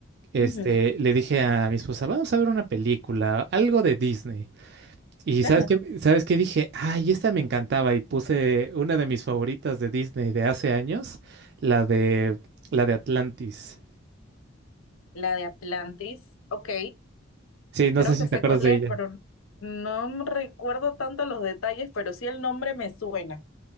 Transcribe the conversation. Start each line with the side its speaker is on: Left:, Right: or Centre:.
Right: Este,
Left: Ujú.
Right: le dije a mi esposa, vamos a ver una película, algo de Disney. Y
Left: Ajá.
Right: ¿sabes qué? ¿Sabes qué? Dije, ay, esta me encantaba y puse una de mis favoritas de Disney de hace años, la de, la de Atlantis.
Left: La de Atlantis. Ok,
Right: Sí, no
Left: creo
Right: sé si
Left: que sé
Right: te acuerdas
Left: cuál
Right: de
Left: es,
Right: ella.
Left: pero no me recuerdo tanto los detalles, pero sí el nombre me suena.